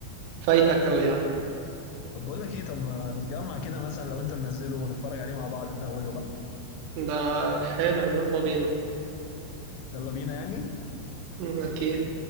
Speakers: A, on the right; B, on the left.
A: فايتك قوي يعني
B: طب بقول لك ايه طب ما نتجمع كده مثلا لو انت منزله ونتفرج عليه مع بعض من اوله بقى
A: ده حالا يلا بينا
B: يلا بينا يعني
A: مم، اكيد